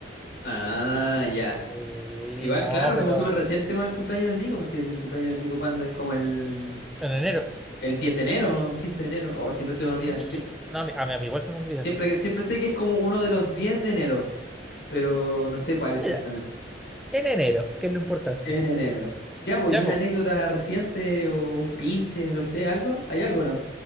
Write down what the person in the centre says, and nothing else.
Sí,
no,
pero
en enero.
Sí,
no, a mí, a mí- a mí igual se me olvida.
Sí,
Mira,
en enero, que es lo importante.
Ya,
pues.